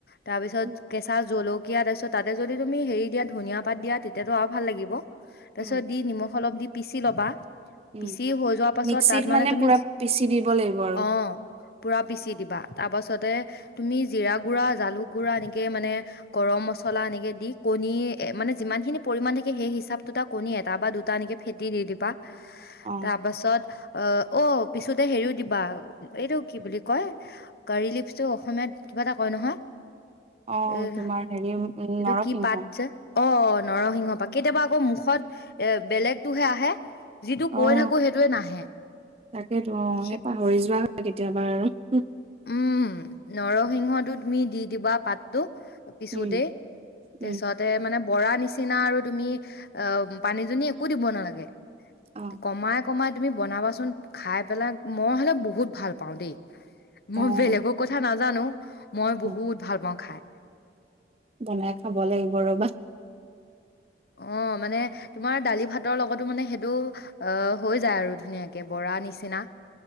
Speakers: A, on the left; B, on the right.
A: তাৰপিছত
B: উম,
A: কেঁচা জলুক কীয়া তাৰপিছ তাতে যদি তুমি হৰি দা ধনীয়া পাত দিয়া তেতিয়াতো আৰু ভাল লাগিব। তাৰপিছত
B: অ',
A: দি নিমখ অলপ দি। পিচি ল'বা।
B: উম,
A: পিচি হৈ যোৱাৰ পাছত
B: মিক্সিত
A: তাত
B: মানে
A: তুমি
B: পুৰা পিচি দিব লাগিব আৰু।
A: অ পুৰা পিচি দিবা, তাৰ পাছতে তুমি জিৰা গুড়া, জালুক গুড়া, এনেকে মানে গৰম মছলা, এনেকে দি কণী মানে যিমানখিনি পৰিমান থাকে সেই হিচাপটোটে কণী এটা বা দুটা এনেকে ফেটি দি দিবা।
B: অ',
A: তাৰ পাছত অ', অ' পিছোতে হেৰিও দিবা, এইটো কি বুলি কয় কাৰী লিপচটো অসমীয়াত কিবা এটা কয় নহয়।
B: অ',
A: এহ্,
B: তোমাৰ হেৰি উম,
A: এইটো
B: নৰসিংহ,
A: কি পাত যে, অ' নৰসিংহ পাত, কেতিয়াবা আকৌ মুখ বেলেগটো হে আহে। যিটো
B: অ'
A: কৈ থাকো সেইটোৱে নাহে
B: তাকেইেতো অ' সেই
A: এ
B: পাহৰি যোৱা হয় কেতিয়াবা আৰু।
A: উম নৰসিংহটো তুমি দি দিবা পাতটো। পিছোতে,
B: উম,
A: তাৰছতে
B: উম,
A: মানে বৰা নিচিনা আৰু তুমি, অ' পানীচানী একো দিব নালাগে,
B: অ',
A: কমাই কমাই তুমি বনাবাচোন, খাই পেলাই মই হ'লে বহুত ভাল পাওঁ দেই।
B: অ',
A: মই বেলেগৰ কথা নাজো নাজানো। মই বহুত
B: অ',
A: ভাল পাওঁ খাই।
B: বনাই খাব লাগিব ৰ'বা।
A: অ' মানে তোমাৰ দালি ভাতৰ লগতো মানে সেইটো অ' হৈ যায় আৰু ধুনীয়াকে বৰা নিচিনা।